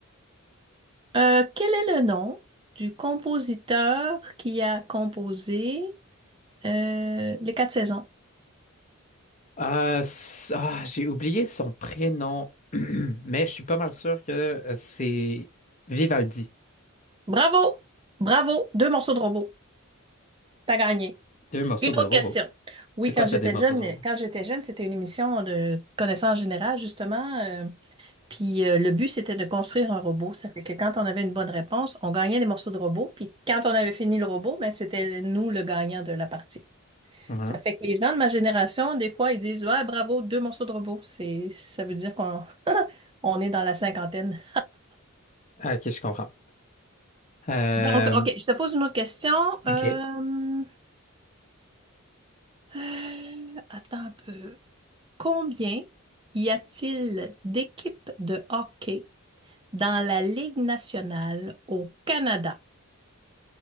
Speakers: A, on the right; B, on the left.
A: Euh, quel est le nom du compositeur qui a composé euh, Les Quatre Saisons?
B: Ah, s- ah, j'ai oublié son prénom, <clears throat> mais je suis pas mal sûr que euh, c'est Vivaldi.
A: Bravo! Bravo! Deux morceaux de robot. T'as gagné.
B: Deux morceaux
A: Une
B: de
A: autre
B: robot.
A: question. Oui,
B: C'est
A: quand
B: quoi ça,
A: j'étais
B: des morceaux
A: jeune,
B: de robot?
A: quand j'étais jeune, c'était une émission de connaissances générales, justement. euh, puis euh, le but, c'était de construire un robot. Ça fait que quand on avait une bonne réponse, on gagnait des morceaux de robot. Puis quand on avait fini le robot, ben, c'était nous le gagnant de la partie.
B: Ouais.
A: Ça fait que les gens de ma génération, des fois, ils disent, ouais, bravo, deux morceaux de robot. C'est, ça veut dire qu'on <laughs> on est dans la cinquantaine.
B: Ah, Ok, je comprends. Euh,
A: Donc, OK, je te pose une autre question. Euh,
B: ok.
A: euh, attends un peu. Combien y a-t-il d'équipes de hockey dans la Ligue nationale au Canada?